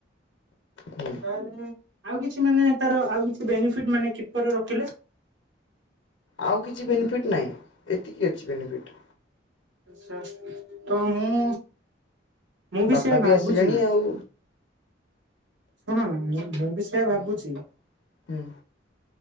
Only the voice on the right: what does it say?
ତାହାଲେ ଆଉ କିଛି ମାନେ ତାର ଆଉ କିଛି ବେନିଫିଟ ମାନେ କିପରିରେ ରଖିଲେ?
ଆଛା ତ ମୁଁ ମୁଁ
ସେୟା ଭାବୁଛି
ଶୁଣ ମୁଁ ମୁଁ ବିଷୟରେ ଭାବୁଛି